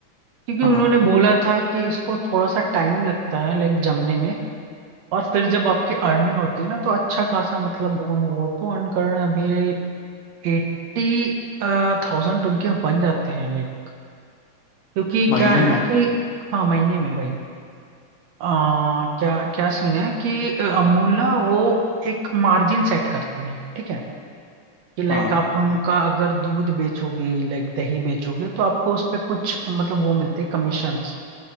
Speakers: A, on the right; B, on the left.
A: क्योंकि
B: हाँ
A: उन्होंने बोला था कि इसको थोड़ा सा टाइम लगता है लाइक जमने में और फिर जब आपकी अर्निंग होती है ना तो अच्छा खासा मतलब उन- वो तो अर्न कर रहे हैं अभी एट्टी थाउजेंड उनके बन जाते हैं लाइक क्योंकि
B: महीने
A: क्या है ना
B: में
A: कि हाँ महीने में भाई आ, क्या क्या सीन है कि अ, अमूला वो एक मार्जिन सेट करती है ठीक है कि लाइक
B: हाँ
A: आप उनका अगर दूध बेचोगे लाइक दही बेचोगे तो आपको उस पे कुछ मतलब वो मिलते हैं कमीशंस